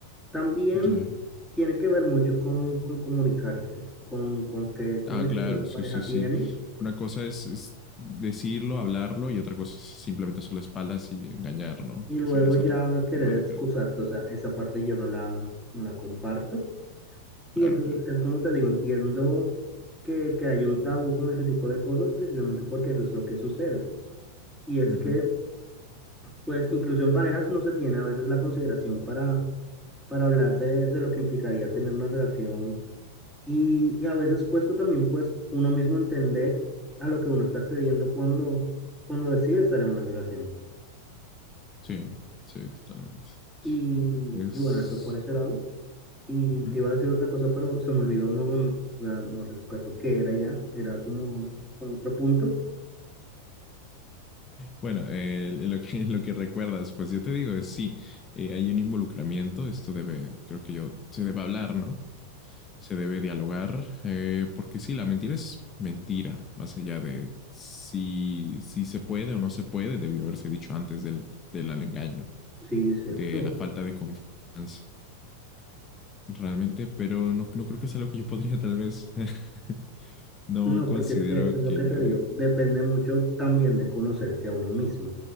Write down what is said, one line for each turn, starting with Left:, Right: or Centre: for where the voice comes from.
Centre: También
Left: claro,
Centre: tiene que ver mucho con, con comunicarse, con, con qué comunicación
Left: Ah, claro,
Centre: la pareja
Left: sí, sí, sí.
Centre: tiene
Left: Una cosa es, es decirlo, hablarlo, y otra cosa es simplemente hacer la espalda y engañar, ¿no?
Centre: y
Left: Que
Centre: luego
Left: eso ya es
Centre: ya
Left: otro
Centre: querer
Left: tema
Centre: excusarte.
Left: diferente.
Centre: O sea, esa parte yo no la, no la comparto.
Left: Claro,
Centre: Y entonces
Left: claro.
Centre: es como te digo, entiendo que, que hay un tabú con ese tipo de cosas precisamente porque eso es lo que sucede. Y es
Left: Ujú.
Centre: que, pues, incluso en parejas no se tiene a veces la consideración para, para hablar de, de lo que implicaría tener una relación Y, y a veces cuesta también pues uno mismo entender a lo que uno está accediendo cuando, cuando decide estar en una relación.
Left: Sí, sí, totalmente.
Centre: Y,
Left: Es.
Centre: y bueno, eso por ese lado. Y
Left: ujú.
Centre: te iba a decir otra cosa, pero se me olvidó, no, no, o sea, no recuerdo qué era ya, era como, como otro punto.
Left: Bueno, eh, en lo que, en lo que recuerdas, pues yo te digo, es sí, eh, hay un involucramiento, esto debe, creo que yo, se debe hablar, ¿no? se debe dialogar, eh, porque sí, la mentira es mentira, más allá de si, si se puede o no se puede, debió haberse dicho antes del, del engaño,
Centre: Sí, cierto.
Left: de la falta de confianza, realmente, pero no, no creo que sea algo que yo podría tal vez, <laughs> no
Centre: No,
Left: considero
Centre: porque es que es lo
Left: que,
Centre: que te digo, depende mucho también de conocerse a uno mismo.